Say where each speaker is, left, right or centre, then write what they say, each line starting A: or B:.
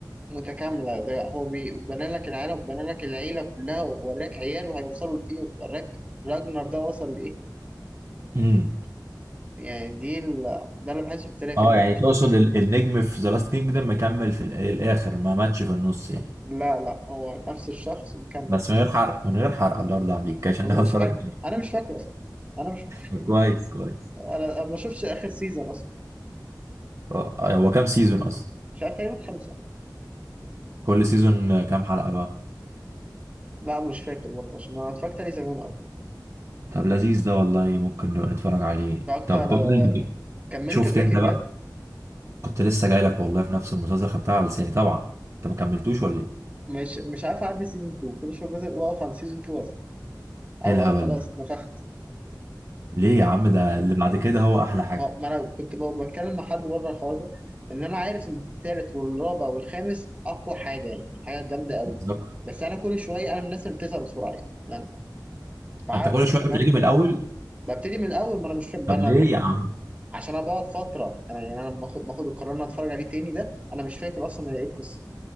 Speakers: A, on the right (about 20°); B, on the right (about 45°).
A: متكامله ده هو بي- بنى لك العالم وبنى لك العيله كلها ووراك عياله هيوصلوا لايه ووراك راجنر ده وصل لإيه
B: امم
A: يعني دي ال... ده اللي بحسه اختلاف
B: اه
A: يعني
B: يعني
A: انت بتحس
B: تقصد ال- النجم في ذا لاست كينجدم مكمل في ال- الاخر ما ماتش في النص يعني
A: لا لا هو نفس الشخص مكمل
B: بس من غير حرق من غير حرق الله يرضى عليك عشان
A: انا
B: ناخد
A: ما قلتش
B: اتفرج
A: حاجه
B: عليك
A: انا مش فاكره اصلا انا مش فاكره
B: طب كويس كويس
A: انا أنا ما شفتش اخر سيزون اصلا
B: اه آه، هو كام سيزون اصلا
A: مش عارف تقريبا خمسه
B: كل سيزون كام حلقة بقى
A: لا مش فاكر برضه عشان انا اتفرجت عليه زمان قوي
B: طب لذيذ ده والله ممكن نبقى نتفرج عليه
A: اتفرجت
B: طب
A: على
B: بقول لي
A: كملت
B: شفت
A: بريكنج
B: انت بقى
A: باد
B: كنت لسه جاي لك والله في نفس المسلسل خدتها على لساني طبعا انت ما كملتوش ولا ايه؟
A: مش مش عارف اعدي سيزون 2 كل شويه بزهق واقف عن سيزون 2 وازهق او
B: ايه الهبل
A: خلاص
B: ده؟
A: نفخت
B: ليه يا عم ده اللي بعد كده هو احلى حاجه
A: ما ما انا كنت بقى بتكلم مع حد بره الحوار ده ان انا عارف ان التالت والرابع والخامس اقوى حاجه يعني حاجه جامده قوي
B: بالظبط
A: بس انا كل شويه انا من الناس اللي بتزهق بسرعه يعني لأن بع...
B: انت كل شويه
A: فاهم؟
B: بتعيده من الاول
A: ببتدي من الاول ما انا مش فاهم
B: طب
A: انا
B: ليه يا عم؟
A: عشان انا بقعد فتره انا يعني انا لما باخد باخد القرار ان أنا اتفرج عليه تاني ده انا مش فاكر اصلا ايه القصه